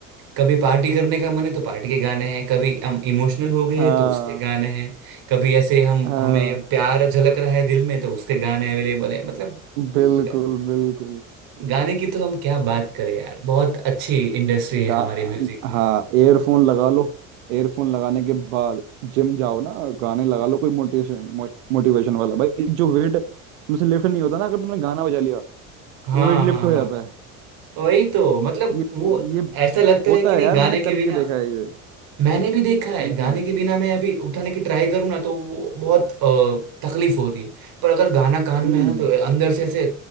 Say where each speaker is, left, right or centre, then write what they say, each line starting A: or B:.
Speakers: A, on the right (about 60°); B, on the right (about 75°).
A: कभी पार्टी करने का मन है तो पार्टी के गाने हैं कभी हम इमोशनल हो गए
B: हाँ
A: तो उसके गाने हैं कभी ऐसे हम
B: हाँ
A: हमें प्यार झलक रहा है दिल में तो उसके गाने अवेलेबल है मतलब
B: बिल्कुल
A: गा,
B: बिल्कुल
A: गाने की तो हम क्या बात करें यार बहुत अच्छी इंडस्ट्री है
B: गा
A: हमारी म्यूजिक की
B: हाँ एयरफोन लगा लो एयरफोन लगाने के बाद जिम जाओ ना गाने लगा लो कोई मोटिवेशन मोटिवेशन वाला भाई जो वेट तुमसे लिफ्ट नहीं होता ना अगर तुमने गाना बजा लिया
A: हाँ
B: वो वेट लिफ्ट
A: हाँ
B: हो
A: हाँ
B: जाता है
A: वही तो मतलब
B: ये
A: वो
B: ये
A: ऐसा लगता
B: होता
A: है कि नहीं
B: है यार
A: गाने
B: मैंने करके
A: के बिना
B: देखा है ये
A: मैंने भी देखा है
B: हम्म
A: गाने के बिना मैं अभी उठाने की ट्राई करूँ ना तो वो बहुत अ, तकलीफ होती है पर अगर गाना कान
B: हम्म
A: में है ना तो अंदर से ऐसे